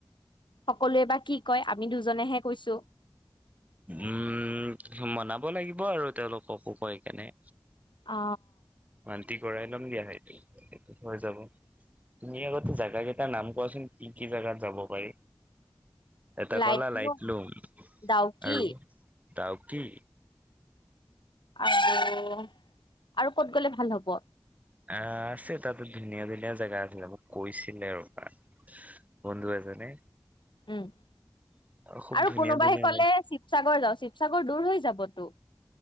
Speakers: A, on the left; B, on the right.
A: সকলোৱে বা কি কয় আমি দুজনেহে কৈছো।
B: উম মনাব লাগিব আৰু তেওঁলোককো কৈ কেনে।
A: অ
B: মান্তি কৰাই ল'ম দিয়া সেইটো হৈ যাব, তুমি আগতে জাগা কেইটাৰ নাম কোৱাচোন কি কি জাগাত যাব পাৰি। এটা
A: লাইটলুম
B: কলা লাইট লুং
A: ডাউকি
B: আৰু? ডাউকী
A: আহ আৰু ক'ত গ'লে ভাল হব
B: আহ আছে তাতে ধুনীয়া ধুনীয়া জেগা আছিলে মোক কৈছিলে ৰবা আৰু বন্ধু এজনে।
A: উম
B: খুব
A: আৰু
B: ধুনীয়া
A: কোনোবাইে
B: ধুনীয়া
A: কলে
B: জে
A: শিৱসাগৰ যাওঁ, শিৱসাগৰ দূৰ হৈ যাবতো।